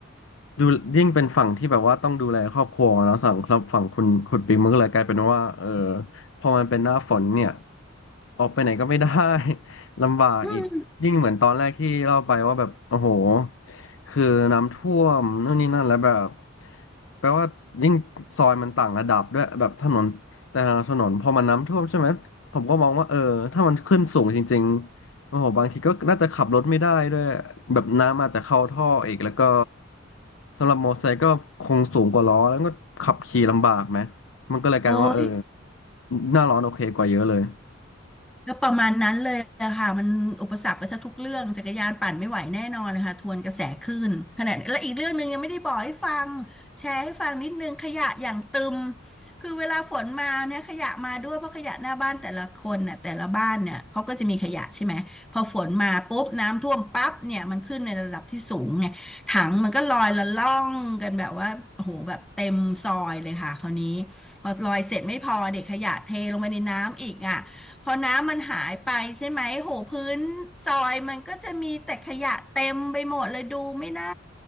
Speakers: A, on the left; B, in the centre.
A: ดูยิ่งเป็นฝั่งที่แบบว่าต้องดูแลครอบครัวแล้วสั่งครับฝั่งคุณคุณปิงมันก็เลยกลายเป็นว่าเออพอมันเป็นหน้าฝนเนี่ยออกไปไหนก็ไม่ได้ <laughs> ลำบากอีกยิ่งเหมือนตอนแรกที่เล่าไปว่าแบบโอ้โห
B: อืม
A: คือน้ำท่วมนู่นนี่นั่นแล้วแบบแปลว่ายิ่งซอยมันต่างระดับด้วยแบบถนนแต่ละถนนพอมันน้ำท่วมใช่ไหม ผมก็มองว่าเออถ้ามันขึ้นสูงจริงๆโอ้โหบางทีก็น่าจะขับรถไม่ได้ด้วยแบบน้ำอาจจะเข้าท่ออีกแล้วก็สำหรับมอเตอร์ไซค์ก็คงสูงกว่าล้อแล้วก็ขับขี่ลำบากไหมมันก็เลยกลายเป็นว่าเออ
B: โอ้ย
A: หน้าร้อนโอเคกว่าเยอะเลย
B: ก็ประมาณนั้นเลยอะค่ะมันอุปสรรคไปแทงทุกเรื่องจักรยานปั่นไม่ไหวแน่นอนเลยค่ะทวนกระแสคลื่นขณะและอีกเรื่องหนึ่งยังไม่ได้บอกให้ฟังแชร์ให้ฟังนิดนึงขยะอย่างตึมคือเวลาฝนมาเนี่ยขยะมาด้วยเพราะขยะหน้าบ้านแต่ละคนเนี่ยแต่ละบ้านเนี่ยเขาก็จะมีขยะใช่ไหมพอฝนมาปุ๊บน้ำท่วมปั๊บเนี่ยมันขึ้นในระดับที่สูงไงถังมันก็ลอยละล่องกันแบบว่าโอ้โหแบบเต็มซอยเลยค่ะคราวนี้พอลอยเสร็จไม่พอเด็กขยะเทลงไปในน้ำอีกอ่ะ พอน้ำมันหายไปใช่ไหมโหพื้นซอยมันก็จะมีแต่ขยะเต็มไปหมดเลยดูไม่น่า